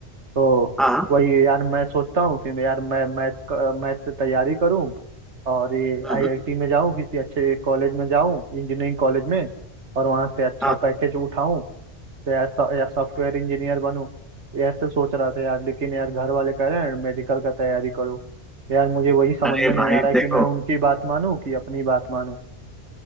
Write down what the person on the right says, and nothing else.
तो
वही यार मैं सोचता हूँ कि मैं यार मैं मैथ मैथ से तैयारी करूँ और ये
आईआईटी में जाऊँ किसी अच्छे कॉलेज में जाऊँ इंजीनियरिंग कॉलेज में और वहाँ से अच्छा
पैकेज उठाऊँ तो यार सॉ- या सॉफ्टवेयर इंजीनियर बनूँ ये ऐसे सोच रहा था यार लेकिन यार घर वाले कह रहे हैं मेडिकल का तैयारी करो यार मुझे वही समझ
में नहीं
आ रहा है
कि मैं उनकी बात मानूँ कि अपनी बात मानूँ